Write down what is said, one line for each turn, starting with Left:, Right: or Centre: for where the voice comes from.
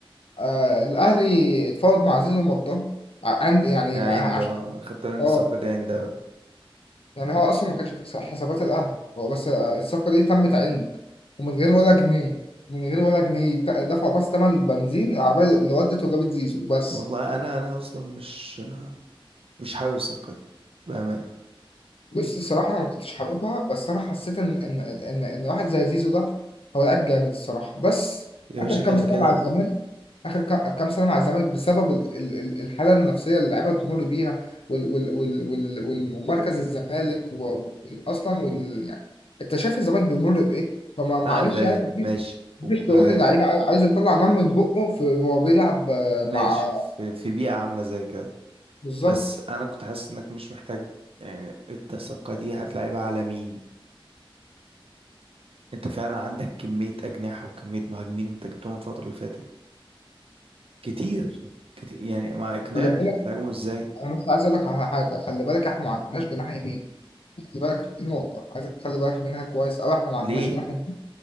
Left: آه الأهلي اتفاوض مع زيزو ومضاه ع- عند يعني
Right: كعند
Left: ع- عش...
Right: اه انا خدت بالي ان
Left: اه
Right: الصفقه دي عند أوي.
Left: يعني هو أصلا ما كانش في حس- حسابات الأهلي هو بس آه، الصفقة دي تمت عند ومن غير ولا جنيه من غير ولا جنيه ت- دفعوا بس تمن بنزين العربية اللي ودت وجابت زيزو بس
Right: والله انا انا اصلا مش مش حابب الصفقه دي بامانه
Left: بص الصراحة أنا ما كنتش حاببها بس أنا حسيت إن إن إن إن واحد زي زيزو ده هو لعيب جامد الصراحة بس
Right: يا
Left: آخر
Right: باشا
Left: كام
Right: كده
Left: سنة
Right: كده
Left: مع الزمالك آخر كا- كام سنة مع الزمالك بسبب ال- ال- ال- الحالة النفسية اللي اللعيبة بتمر بيها وال وال وال وال والمركز الزمالك و- وأصلا وال يعني أنت شايف الزمالك بيمر بإيه؟ فما معلش
Right: انا فاهم
Left: يعني
Right: ماشي
Left: مش
Right: وكل
Left: مش تقول
Right: حاجه
Left: لي اللعيب عاي- عايز يطلع نار من بقه في وهو بيلعب آه،
Right: ماشي
Left: مع
Right: في في بيئه عامله زي كده
Left: بالظبط
Right: بس انا كنت حاسس انك مش محتاجها يعني انت الصفقه دي هتلعبها على مين انت فعلا عندك كميه اجنحه وكميه مهاجمين انت جبتهم الفتره اللي فاتت كتير كتير يعني ما اقنعني
Left: خلي بالك
Right: هتلعبهم ازاي
Left: أنا مثلا عايز أقول لك على حاجة خلي بالك إحنا ما عندناش جناح يمين خلي بالك دي نقطة عايزك تخلي بالك منها كويس أوي إحنا ما
Right: ليه
Left: عندناش جناح يمين